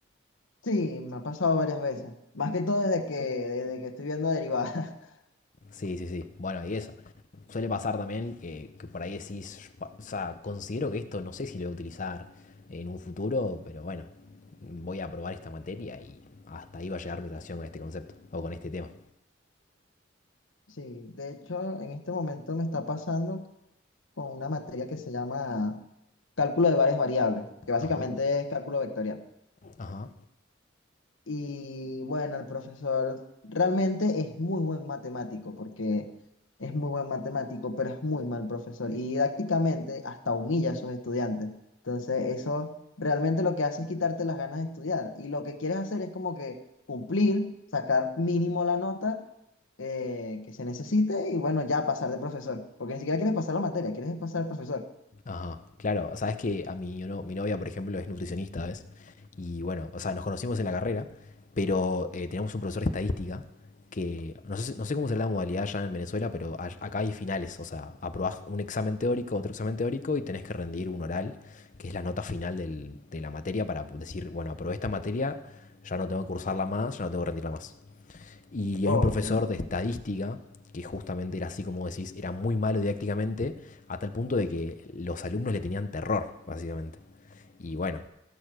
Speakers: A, on the left; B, on the left.
A: Sí, me ha pasado varias veces. Más que todo desde que, desde que estoy viendo derivadas. <laughs>
B: Sí, sí, sí. Bueno, y eso. Suele pasar también que, que por ahí decís, "Pa- o sea, considero que esto no sé si lo voy a utilizar en un futuro, pero bueno, voy a probar esta materia y hasta ahí va a llegar mi relación con este concepto o con este tema.
A: Sí, de hecho, en este momento me está pasando con una materia que se llama cálculo de varias variables, que básicamente
B: Ajá.
A: es cálculo vectorial.
B: Ajá.
A: Y bueno, el profesor realmente es muy buen matemático, porque es muy buen matemático, pero es muy mal profesor. Y didácticamente hasta humilla a sus estudiantes. Entonces, eso realmente lo que hace es quitarte las ganas de estudiar. Y lo que quieres hacer es como que cumplir, sacar mínimo la nota eh, que se necesite y bueno, ya pasar de profesor. Porque ni siquiera quieres pasar la materia, quieres pasar al profesor.
B: Ajá, claro, o sea, es que a mi, no- mi novia, por ejemplo, es nutricionista, ¿ves? Y bueno, o sea, nos conocimos en la carrera, pero eh, teníamos un profesor de estadística que, no sé, si- no sé cómo será la modalidad allá en Venezuela, pero a- acá hay finales, o sea, aprobás un examen teórico, otro examen teórico y tenés que rendir un oral, que es la nota final del- de la materia para decir, bueno, aprobé esta materia, ya no tengo que cursarla más, ya no tengo que rendirla más. Y
A: Ok,
B: hay un profesor de estadística que justamente era así como decís, era muy malo didácticamente, a tal punto de que los alumnos le tenían terror, básicamente. Y bueno,